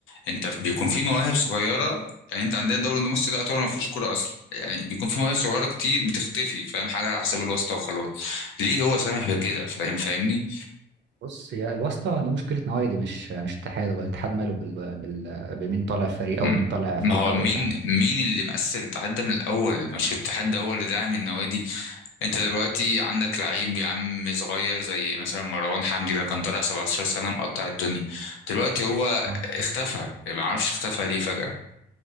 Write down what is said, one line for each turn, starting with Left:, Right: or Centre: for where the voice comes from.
Left: انت بيكون في مواهب صغيره يعني انت عندنا الدوري المصري ده يعتبر ما فيهوش كوره اصلا يعني بيكون في مواهب صغيره كتير بتختفي فاهم حاجه على حساب الواسطه وخلاص ليه هو سامح بكده فاهم فاهمني
Right: بص هي الواسطه دي مشكله نوادي مش مش اتحاد ولا الاتحاد ماله بال... بال... بمين طالع فريق
Left: م-
Right: او مين طالع
Left: ما
Right: فريق
Left: هو
Right: اول
Left: مين
Right: فاهم
Left: مين اللي مأثر الاتحاد ده من الاول مش الاتحاد ده هو اللي داعم النوادي انت دلوقتي عندك لعيب يا عم صغير زي مثلا مروان حمدي ده كان طالع 17 سنه مقطع الدنيا دلوقتي هو
Right: اه
Left: اختفى ما اعرفش اختفى ليه فجأة